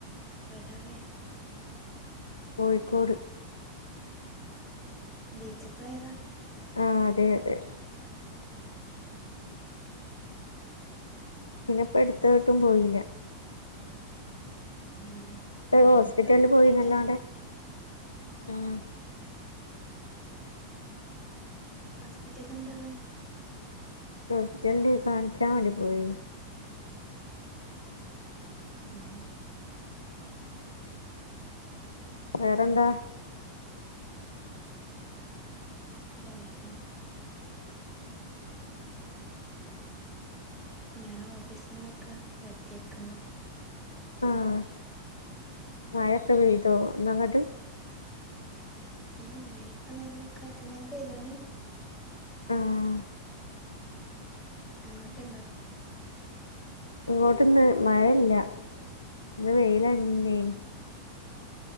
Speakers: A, on the left; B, on the left.
A: എട്ടാപോയെ
B: കോഴിക്കോട്
A: ബീച്ചപ്പോയെന്ന
B: ആഹ് അതെ അതെ പിന്നെ ഇപ്പ അടുത്തോട്ടും പോയില്ല
A: ഉം
B: ഇപ്പ
A: ഞാനിപ്പോ
B: ഹോസ്പിറ്റലിൽ
A: അട്ത്തായിട്ട്
B: പോയിന്നല്ലാണ്ട്
A: അങ്ങനെ പോയി.
B: ആഹ്
A: ഹോസ്പിറ്റലന്താ പോയെ
B: ഹോസ്പിറ്റൽ കാണിക്കാ വാണ്ടി പോയി.
A: ഉം ഉം
B: വേറെന്താ
A: <inaudible> എന്താ ഞാൻ ഓഫീസ്ന്നൊക്കെ വെർതെരിക്കുമ്പോ
B: ആഹ് മഴൊക്കെ പെയ്തോ ഇന്നങ്ങട്ട്.
A: ആഹ് മഴ ഇപ്പ നല്ലെ കാറ്റും മഴിം പെയ്തോണ്ട് ഇണ്ട്
B: ആഹ്
A: അങ്ങോട്ട് ഇണ്ടോ
B: ഇങ്ങോട്ട് ഇന്ന് മഴയില്ല. ഇന്ന് വെയിലന്നേനി